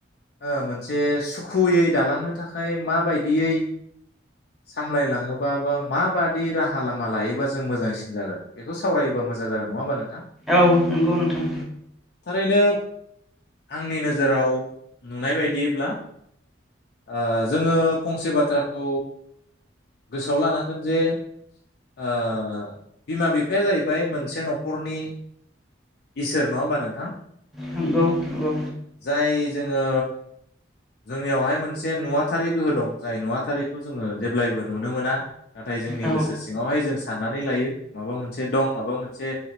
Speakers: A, on the left; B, in the centre.
A: ओ मोनसे सुखुयै दालांनो थाखाय माबायदियै सामलायलाङोबा बा माबादि राहा लामा लायोबा जों मोजांसिन जागोन बेखौ सावराय बा मोजां जागोन नंङा होमबा नों
B: औ नंगौ नोंथां।
A: थारैनो आंनि नोजोराव नुनाय बायदिब्ला ओ जोङो फंसे बाथ्राखौ गोसोआव लानांगोन जे ओ बिमा बिफाया जाहैबाय मोनसे न'खरनि इसोर नंङा होमबा नोंथां
B: नंगौ नंगौ
A: जाय जोंङो जोंनियावहाय मोनसे नुवाथारै गोहो दं जाय नुवाथारैखौ जोङो जेब्लायबो नुनो मोना नाथाय जोंनि
B: औ
A: गोसो सिङावहाय जों साननानै लायो माबा मोनसे दं माबा मोनसे